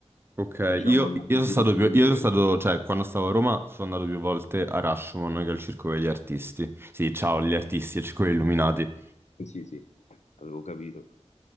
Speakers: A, on the right; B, on the left.
A: Ok,
B: diciamo
A: io,
B: la,
A: io sono stato
B: la
A: più,
B: New
A: io sono
B: Wave.
A: stato, cioè, quando stavo a Roma sono andato più volte a Rashomon che al Circolo degli Artisti. Sì, ciao, gli artisti, al Circolo degli Illuminati.
B: Sì, sì, sì, avevo capito.